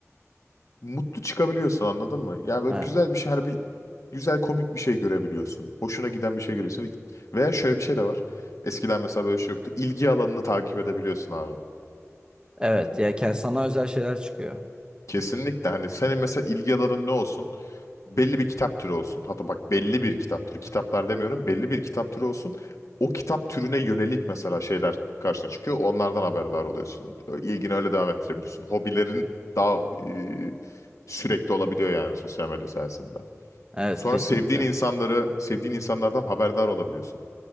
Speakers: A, on the left; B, on the right.
A: mutlu çıkabiliyorsun anladın mı? Ya böyle
B: Evet.
A: güzel bir şey hani bir güzel komik bir şey görebiliyorsun. Hoşuna giden bir şey görüyorsun. Veya şöyle bir şey de var. Eskiden mesela böyle şey yoktu. İlgi alanını takip edebiliyorsun abi.
B: Evet ya kend- sana özel şeyler çıkıyor.
A: Kesinlikle hani senin mesela ilgi alanın ne olsun? Belli bir kitap türü olsun. Hatta bak belli bir kitap türü. Kitaplar demiyorum. Belli bir kitap türü olsun. O kitap türüne yönelik mesela şeyler karşına çıkıyor. Onlardan haberdar oluyorsun. Ö- İlgini öyle devam ettirebiliyorsun. Hobilerin daha e, sürekli olabiliyor yani sosyal medya sayesinde.
B: Evet
A: Sonra
B: kesinlikle.
A: sevdiğin insanları, sevdiğin insanlardan haberdar olabiliyorsun.